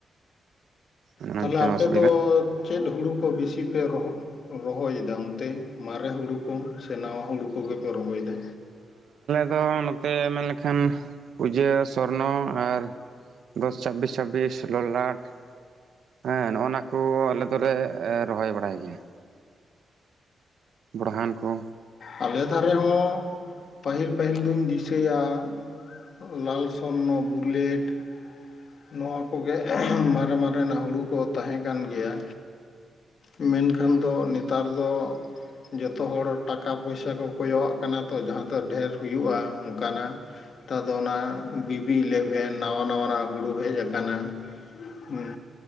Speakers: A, on the right; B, on the left.
A: ᱚᱱᱟ
B: ᱛᱟᱦᱚᱞᱮ
A: ᱢᱤᱫᱴᱮᱱ
B: ᱟᱯᱮ
A: ᱚᱥᱩᱵᱤᱫᱟ
B: ᱫᱚ ᱪᱮᱫ ᱦᱩᱲᱩ ᱠᱚ ᱵᱤᱥᱤ ᱯᱮ ᱨᱚᱦ ᱨᱚᱦᱚᱭᱮᱫᱟ ᱚᱱᱛᱮ ᱢᱟᱨᱮ ᱦᱩᱲᱩ ᱠᱚ ᱥᱮ ᱱᱟᱣᱟ ᱦᱩᱲᱩ ᱠᱚᱜᱮ ᱨᱚᱦᱚᱭ ᱮᱫᱟ
A: ᱛᱚ ᱱᱚᱛᱮ ᱢᱮᱱ ᱞᱮᱠᱷᱟᱱ ᱯᱩᱡᱟᱹ ᱥᱚᱨᱱᱚ ᱟᱨ ᱫᱚᱥ ᱪᱷᱟᱵᱵᱤᱥ ᱪᱷᱟᱵᱵᱤᱥ ᱞᱳᱞᱟᱴ ᱦᱮᱸ ᱱᱚᱜᱼ ᱱᱟ ᱠᱚ ᱟᱞᱮ ᱫᱚᱞᱮ ᱨᱚᱦᱚᱭ ᱵᱟᱲᱟᱭ ᱜᱮᱭᱟ ᱵᱚᱰᱦᱟᱱ ᱠᱚ
B: ᱟᱞᱮ ᱫᱷᱟᱨᱮ ᱦᱚᱸ ᱯᱟᱹᱦᱤᱞ ᱯᱟᱹᱦᱤᱞ ᱫᱩᱧ ᱫᱤᱥᱟᱹᱭᱟ ᱞᱟᱞ ᱥᱚᱱᱱᱚ ᱵᱩᱞᱮᱴ ᱱᱚᱣᱟ ᱠᱚᱜᱮ ᱢᱟᱨᱮ ᱢᱟᱨᱮᱱᱟᱜ ᱦᱩᱲᱩ ᱠᱚ ᱛᱟᱦᱮᱸ ᱠᱟᱱ ᱜᱮᱭᱟ ᱢᱮᱱᱠᱷᱟᱱ ᱫᱚ ᱱᱮᱛᱟᱨ ᱫᱚ ᱡᱚᱛᱚ ᱦᱚᱲ ᱴᱟᱠᱟ ᱴᱟᱠᱟ ᱯᱚᱭᱥᱟ ᱠᱚ ᱠᱚᱭᱚᱜ ᱟᱜ ᱠᱟᱱᱟ ᱛᱚ ᱡᱟᱦᱟᱸ ᱫᱚ ᱰᱷᱮᱨ ᱦᱩᱭᱩᱜᱼᱟ ᱚᱱᱠᱟᱱᱟᱜ ᱱᱮᱛᱟᱨ ᱫᱚ ᱚᱱᱟ ᱵᱤᱵᱤ ᱤᱞᱮᱵᱷᱮᱱ ᱱᱟᱣᱟ ᱱᱟᱣᱟᱱᱟᱜ ᱦᱩᱲᱩ ᱦᱮᱡ ᱟᱠᱟᱱᱟ ᱦᱮ